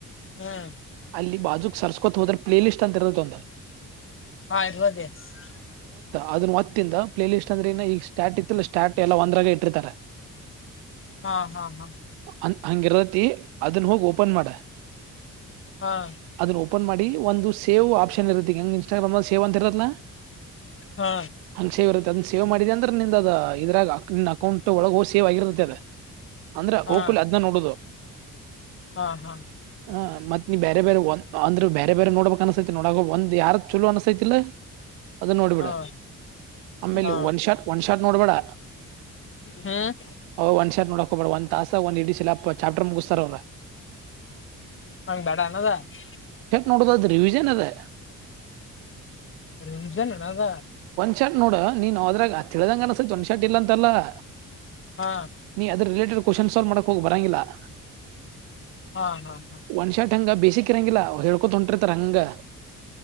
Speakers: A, on the left; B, on the right.
A: ಹು <unintelligible>
B: ಅಲ್ಲಿ ಬಾಜುಕ್ ಸರ್ಸ್ಕೊತ ಹೋದ್ರ ಪ್ಲೇ ಲಿಸ್ಟ್ ಅಂತ ಇರತ್ತ ಒಂದ. <unintelligible>
A: ಹಾ ಇರ್ತೇತಿ. <unintelligible>
B: ಅದನ್ ಒತ್ತಿಂದ ಪ್ಲೇಲಿಸ್ಟ್ ಅಂದರ ಏನ್ ಈಗ ಸ್ಟಾರ್ಟ್ ಇತ್ತಲ್ಲ ಸ್ಟಾರ್ಟ್ ಎಲ್ಲ ಒಂದ್ರಾಗ ಇಟ್ಟಿರ್ತಾರೆ. <unintelligible>
A: ಹಾ ಹಾ ಹಾ <unintelligible>
B: ಹ ಹಂಗ ಇರತಿ ಅದನ್ ಹೋಗಿ ಓಪನ್ ಮಾಡ. <unintelligible>
A: ಹಾ? <unintelligible>
B: ಅದನ್ನ ಓಪನ್ ಮಾಡಿ ಒಂದು ಸೇವ್ ಆಪ್ಷನ್ ಇರತ್ತ ಹೆಂಗ್ ಇನ್ಟಾಗ್ರಾಮ್ನಲ್ಲಿ ಸೇವ್ ಅಂತ ಇರತ್ತಲ್ಲಾ? <unintelligible>
A: ಹಾ
B: ಹಂಗ್ ಸೇವ್ ಇರುತ್ತ ಅದನ್ನ ಸೇವ ಮಾಡಿದೇ ಅಂದ್ರ ನಿಂದ ಅದ <unintelligible> ಇದ್ರಾಗ ನಿನ್ನ ಅಕೌಂಟ್ ಒಳಗೋ ಸೇವ್ ಆಗಿರ್ತೈತೆ ಅದ ಅಂದ್ರ
A: ಹಾ
B: ಹೋಗ್ ಕೊಡಲೇ ಅದ್ನ ನೋಡುದು. <unintelligible>
A: ಹಾ ಹಾ <unintelligible>
B: ಹ ಮತ್ತ ನೀ ಬೇರೆ ಬೇರೆ ಒಂದ ಅಂದರ ಬೇರೆ ಬೇರೆ ನೋಡ್ಬೇಕ್ ಅನ್ಸೈತಿ ನೋಡಗ ಒಂದ್ ಯಾರದ ಚಲೋ ಅನ್ಸೈತಿಲ್ಲ. <unintelligible> ಅದನ ನೋಡಬೀಡ
A: ಹಾ ಹಾ
B: ಆಮೇಲೆ
A: ಹಾ
B: ಒಂದ ಶಾರ್ಟ ಒಂದ ಶಾರ್ಟ ನೋಡಬೇಡಾ? <unintelligible>
A: ಹ್ಮ್
B: ಅವ ಒಂದ ಶಾರ್ಟ ನೋಡಕ್ ಹೋಗಬೇಡಾ ಒಂದ್ ತಾಸ ಒಂದ್ ಇಡಿ <unintelligible> ಚಲಪ ಚಾಪ್ಟರ್ ಮುಗಿಸತ್ತಾರ ಅವರ? <unintelligible>
A: ನಂಗ ಬೇಡ ಅನದ? <unintelligible>
B: ನೋಡುದು ಅದು ರಿವಿಷನ್ ಅದ <unintelligible>
A: ರಿವಿಷನ್ ಏನ ಅದ. <unintelligible>
B: ಚಾಟ್ ನೋಡ ನೀನ್ ಅದ್ರಾಗ ಆ ತಿಳ್ದಂಗ ಅನ್ಸತತ ಒಂದ್ ಶಾಟ್ ಇಲ್ಲ ಅಂತಲ್ಲ. <unintelligible>
A: ಹಾ
B: ನೀ ಅದರ ರಿಲೇಟೆಡ್ ಕ್ವಶನ್ ಸಾಲ್ವ್ ಮಾಡಕ್ ಹೋಗ ಬರಂಗಿಲ್ಲ. <unintelligible>
A: ಹಾ ಹಾ ಹಾ
B: ಒನ್ ಶಾಟ್ ಹಂಗ ಬೇಸಕ್ ಇರಂಗಿಲ್ಲ ಹೇಳಕೊನಂತ ಹೊಂಟ್ರ. <unintelligible> ತ್ರಂಗ <unintelligible>